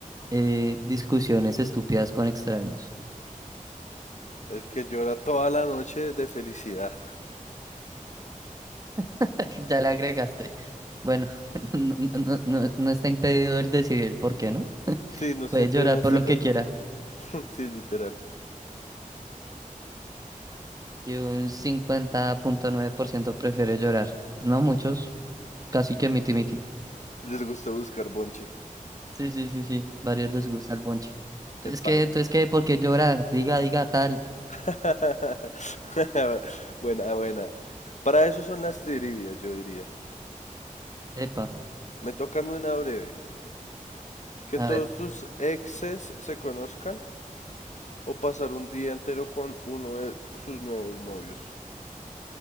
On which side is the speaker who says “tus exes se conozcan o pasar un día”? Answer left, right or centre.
Left